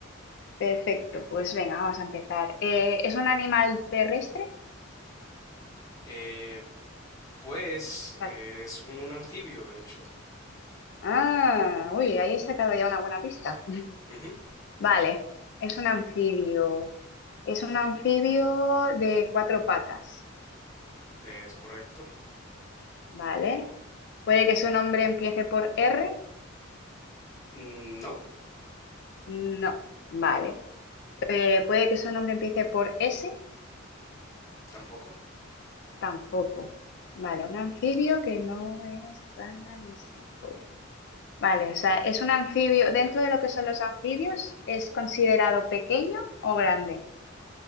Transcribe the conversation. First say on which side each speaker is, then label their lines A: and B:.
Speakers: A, on the left (about 55°); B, on the left (about 15°).
A: Perfecto, pues venga, vamos a empezar. Eh, ¿es un animal terrestre?
B: Eh, pues
A: O sea,
B: eh, es un anfibio, de hecho.
A: ah, uy, ahí he sacado ya una buena pista. <laughs>
B: Ujú,
A: Vale, es un anfibio. Es un anfibio de cuatro patas,
B: es correcto.
A: ¿vale? ¿Puede que su nombre empiece por R?
B: Mm, No,
A: No, vale. Eh, ¿puede que su nombre empiece por S?
B: tampoco.
A: Tampoco. Vale, un anfibio que no es rana ni sapo. Vale, o sea, es un anfibio. Dentro de lo que son los anfibios, ¿es considerado pequeño o grande?